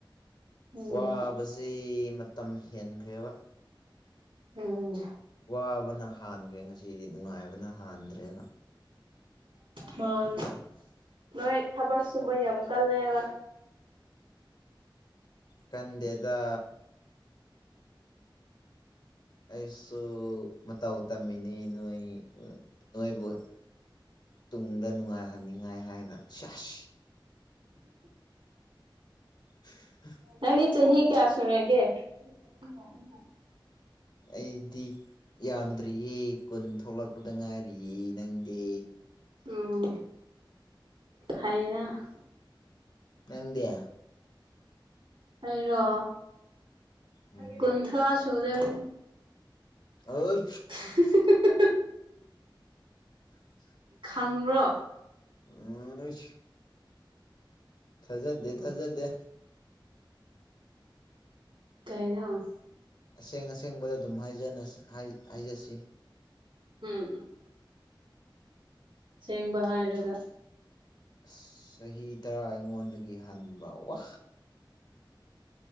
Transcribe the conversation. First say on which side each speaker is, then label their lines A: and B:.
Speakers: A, on the right; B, on the left.
A: ꯎꯝ
B: ꯋꯥꯕꯁꯦ ꯃꯇꯝ ꯍꯦꯟꯈ꯭ꯔꯦꯕ
A: ꯎꯝ
B: ꯋꯥꯕꯅ ꯍꯥꯟꯈ꯭ꯔꯦ ꯉꯁꯤꯗꯤ ꯅꯨꯡꯉꯥꯏꯕꯅ ꯍꯥꯟꯗ꯭ꯔꯦꯕ
A: ꯃꯥꯅꯦ ꯅꯣꯏ ꯊꯕꯛ ꯁꯨꯕ ꯌꯥꯝ ꯀꯜꯂꯦꯕ
B: ꯀꯟꯗꯦꯗ ꯑꯩꯁꯨ ꯃꯇꯧ ꯇꯝꯃꯤꯅꯤ ꯅꯣꯏ ꯅꯣꯏꯕꯨ ꯇꯨꯡꯗ ꯅꯨꯡꯉꯥꯏꯍꯟꯅꯤꯡꯉꯥꯏ ꯍꯥꯏꯅ ꯁꯦꯁ <inaudible>
A: ꯅꯪꯗꯤ ꯆꯍꯤ ꯀꯌꯥ ꯁꯨꯔꯒꯦ ꯆꯍꯤ ꯇꯔꯨꯅ ꯑꯩꯅ <inaudible>
B: ꯑꯩꯗꯤ ꯌꯥꯝꯗ꯭ꯔꯤꯌꯦ ꯀꯨꯟ ꯊꯣꯛꯂꯛꯄꯗ ꯉꯥꯏꯔꯤꯌꯦ ꯅꯪꯗꯤ
A: ꯎꯝ ꯍꯥꯏꯅ
B: ꯅꯪꯗꯤ
A: ꯑꯩꯔꯣ
B: ꯎꯝ
A: ꯀꯨꯟꯊ꯭ꯔꯥ ꯁꯨꯗꯣꯔꯦ
B: ꯑꯥꯏꯁ
A: <unintelligible>
B: <inaudible>
A: ꯈꯪꯕ꯭ꯔꯣ
B: ꯑꯝꯍꯩꯁ ꯊꯖꯗꯦ ꯊꯖꯗꯦ
A: ꯗꯩꯅꯣ
B: ꯑꯁꯦꯡ ꯑꯁꯦꯡꯕꯗ ꯑꯗꯨꯝ ꯍꯥꯏꯖꯅꯁꯤ ꯍꯥꯏ ꯍꯥꯏꯖꯁꯤ
A: ꯎꯝ ꯑꯁꯦꯡꯕ ꯍꯥꯏꯔꯒ
B: ꯑꯁ ꯆꯍꯤ ꯇꯔꯥ ꯑꯩꯉꯣꯟꯗꯒꯤ ꯍꯟꯕ ꯋꯥ